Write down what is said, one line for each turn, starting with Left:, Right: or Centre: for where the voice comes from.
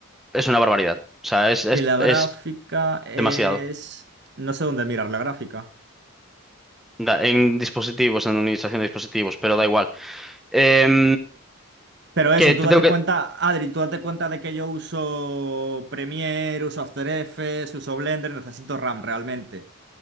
Centre: es una barbaridad. O sea, es, es,
Right: Y la gráfica
Centre: es
Right: es...
Centre: demasiado.
Right: No sé dónde mirar la gráfica.
Centre: Da- en dispositivos, en administración de dispositivos, pero da igual. Em,
Right: Pero eso,
Centre: que
Right: tú
Centre: te
Right: date
Centre: tengo
Right: cuenta,
Centre: que...
Right: Adri, tú date cuenta de que yo uso Premiere, uso After Effects, uso Blender, necesito RAM realmente.